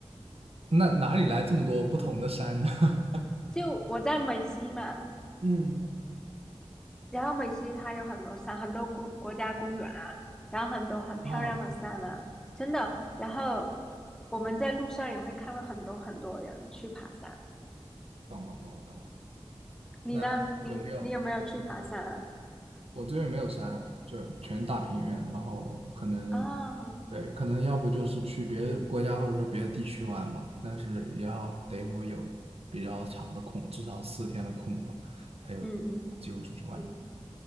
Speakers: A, on the right; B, in the centre.
A: 那哪里来这么多不同的山呢？<laughs>
B: 就我在美西嘛，
A: 嗯，
B: 然后美西它有很多山，很多国国家公园啊，然后很多很漂亮的山啊，
A: 哦，
B: 真的。然后我们在路上也会看到很多很多人去爬山。
A: 懂了，懂了，懂了。
B: 你呢？
A: 那有没有？
B: 你你有没有去爬山啊？
A: 嗯我这边没有山，啊，就全大平原，然后可能，
B: 啊，
A: 对，可能要不就是去别的国家或者说别的地区玩吧，但是也要得我有比较长的空，至少四天的空吧，才有
B: 嗯嗯
A: 机会出去玩面。
B: 嗯，